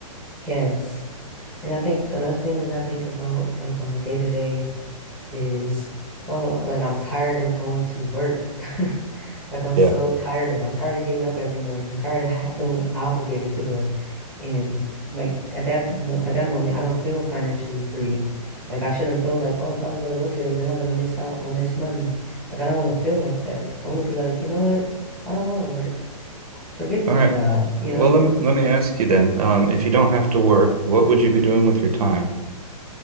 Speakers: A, in the centre; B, on the right.
A: yes. And I think another thing that I think about like on a day to day is, oh, like I'm tired of going to work. <laughs> Like I'm
B: Yeah.
A: so tired of, I'm tired of getting up every morning. I'm tired of ha feeling obligated to go. And like at that mo at that moment, I don't feel financially free. Like I shouldn't feel like, oh, if I don't go to work today, then I'm gonna miss out on this money. Like I don't want to feel like that. I want to be like, you know what? I don't want to work. Forget this
B: All right.
A: job, you
B: Well,
A: know?
B: let me let me ask you then, um, if you don't have to work, what would you be doing with your time?